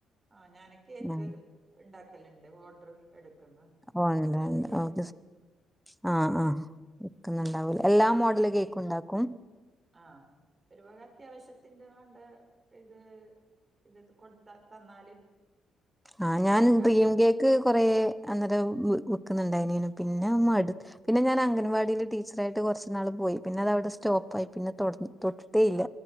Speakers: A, on the right; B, in the centre.
A: ആഹ് ഞാന് കേക്ക്
B: ഉം
A: ണ്ടാക്കല്ണ്ട് ഓഡർ എടുക്കുന്നു
B: ഓഹ്
A: ബർത്ത്ഡേക്ക്
B: ഉണ്ട് ഉണ്ട് ഓക്കെ ഷെ ആഹ്
A: ഇങ്ങനെ
B: ആഹ് ക്ക്ന്ന്ണ്ടാവൂല എല്ലാ മോഡല്
A: ആ
B: കേക്കും ഇണ്ടാക്കും?
A: ആഹ് ഒരുപക അത്യാവശ്യത്തിന്റെ വേണ്ട ഇത് ഇത് കൊട്ത്ത തന്നാല്
B: ആഹ്
A: ഏഹ്
B: ഞാൻ
A: ആക്കുന്നു
B: ഡ്രീം കേക്ക് കൊറെ അന്നേരം വിക്കുന്നുണ്ടായിനി പിന്നെ മട് പിന്നെ ഞാൻ അംഗൻവാടിൽ ടീച്ചറയിട്ട് കുറച്ച് നാൾ പോയി പിന്നെ അത് അവിടെ സ്റ്റോപ്പ് ആയി പിന്നെ തൊട് തൊട്ടിട്ടേ ഇല്ല